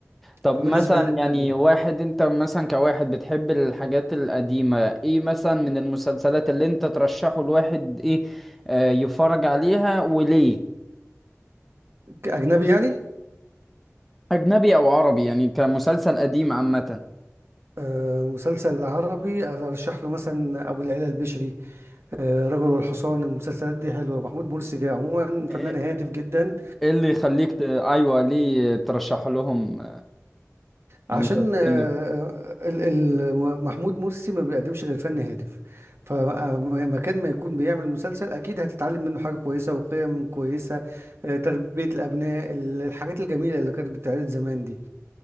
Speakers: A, in the centre; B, on the right.
A: طب مثلا
B: بالنسبة للأجنبي
A: يعني واحد انت مثلا كواحد بتحب الحاجات القديمة ايه مثلا من المسلسلات اللي انت ترشحه الواحد ايه آه يفرج عليها وليه
B: أجنبي يعني
A: اجنبي او عربي يعني كمسلسل قديم عامة
B: آه، مسلسل عربي أرشح له مثلا أبو العلا البشري آه، رجل والحصان المسلسلات دي حلوة محمود
A: مهم.
B: مرسي جاي عموما فنان
A: ايه
B: هادف جدا
A: إيه اللي يخليك ت... ايوه ليه ترشح لهم
B: عشان
A: المسلسلين
B: آه، آه، ال- ال- محمود مرسي ما بيقدمش غير فن هادف فمكان ما يكون بيعمل مسلسل اكيد هتتعلم منه حاجة كويسة وقيم كويسة آه، تربية الابناء ال- الحاجات الجميلة اللي كانت بتتعرض زمان دي